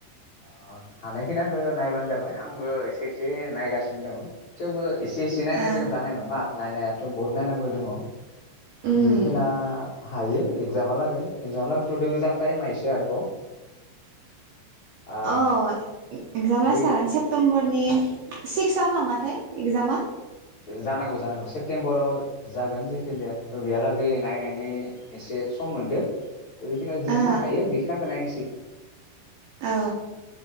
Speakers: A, on the left; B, on the right.
A: आ हानाय खिनिखौ नायबानो जाबाय आंबो एसे एसे नायगासिनो दंङ थेवबो इसे इसे नायनायदों
B: ओ
A: जानाय नंङा। नायनायाथ बहुद नायनांगौ दंङ।
B: उम
A: जिखिना हायो एकजामा लागै एकजाम लागैथ दङ जां टाइमा इसे आरोबाव। आ
B: अ एकजाम लासै
A: बे
B: थागोन सेप्तम्बर नि सिक्सआव नामाथाय एकजामा?
A: जानांगौ जानांगौ सेप्तेम्बराव जागोन जेखि जायाथ बेहालागै नायनायनि एसे सम मोनदो। बेखिनियाव जिखिना
B: ओ
A: हायो बेखिनियाखौ नायनोसै।
B: औ।